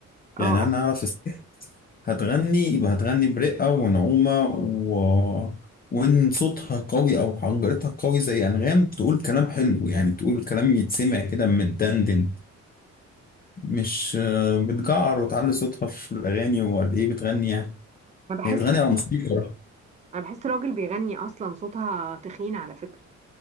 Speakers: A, on the right (about 25°); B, on the left (about 30°).
A: اه
B: يعني انا اعرف الست هتغني يبقى هتغني برقة ونعومة و... وان صوتها قوي او حنجرتها قوي زي انغام تقول كلام حلو يعني تقول كلام يتسمع كده متدندن مش آه، بتجعر وتعلي صوتها في الاغاني ولا ايه بتغني يعني
A: انا بحس
B: هي بتغني على الموسيقى
A: انا بحس راجل بيغني اصلا صوتها تخين على فكره